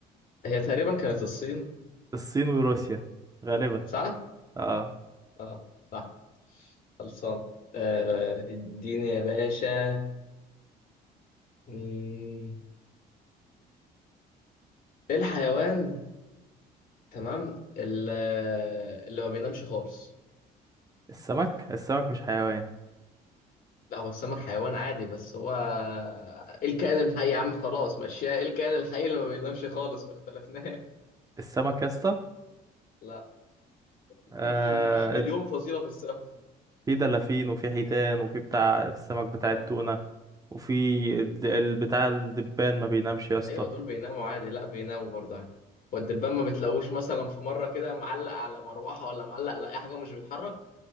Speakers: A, on the left; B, on the right.
A: هي تقريبا كانت الصين
B: الصين وروسيا غالبا
A: صح؟
B: اه
A: اه صح خلصان آه، اديني يا باشا مم، ايه الحيوان تمام ال- اللي ما بينامش خالص
B: السمك السمك مش حيوان
A: لا هو السمك حيوان عادي بس هو ايه الكائن الحي يا عم خلاص ماشية ايه الكائن الحي اللي ما بينامش خالص ما اختلفناش
B: السمك يا اسطى
A: <laughs> لا
B: آه
A: في في مليون فصيلة في السمك
B: في دلافين وفي حيتان وفي بتاع السمك بتاع
A: اه
B: التونة وفي الد- ال- بتاع الدبان ما بينامش يا اسطى
A: ايوه دول بيناموا عادي لا بيناموا برضه عادي والدبان ما بتلاقوش مثلا في مرة كده معلق على مروحة ولا معلق على اي حاجة ومش بيتحرك